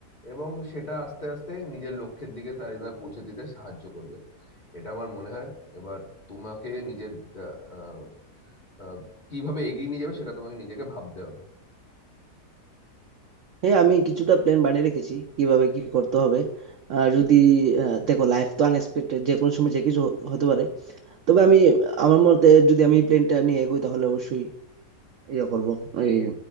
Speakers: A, on the left; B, on the right.
A: এবং সেটা আস্তে আস্তে নিজের লক্ষ্যের দিকে তার তোমায় পৌঁছে দিতে সাহায্য করবে এটা আমার মনে হয় এবার তোমাকে নিজের আহ, আহ, আহ, কিভাবে এগিয়ে নিয়ে যাবে সেটা তোমাকে নিজেকে ভাবতে হবে
B: হ্যাঁ আমি কিছুটা প্ল্যান বানিয়ে রেখেছি কিভাবে কি করতে হবে আহ, যদি আহ, দেখো লাইফ তো আনএক্সপেক্টেড যে কোনো সময় যে কিছু হ- হতে পারে তবে আমি আমার মতে যদি আমি প্ল্যানটা নিয়ে এগোই তাহলে অবশ্যই ইয়ে করব এই